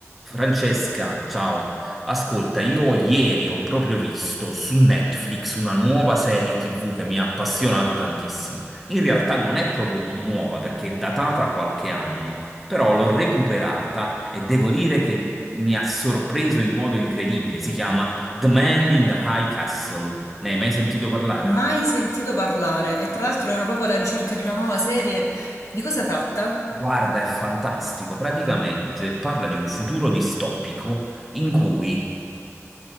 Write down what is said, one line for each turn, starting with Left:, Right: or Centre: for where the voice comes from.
Centre: Francesca, ciao. Ascolta, io ieri ho proprio visto su Netflix una nuova serie TV che mi ha appassionato tantissimo. In realtà non è proprio un- nuova perché è datata qualche anno, però l'ho recuperata e devo dire che mi ha sorpreso in modo incredibile. Si chiama The Man in the High Castle. Ne hai mai sentito parlare?
Left: Mai sentito parlare e tra l'altro ero proprio alla ricerca di una nuova serie. Di cosa tratta?
Centre: Guarda, è fantastico. Praticamente parla di un futuro distopico in cui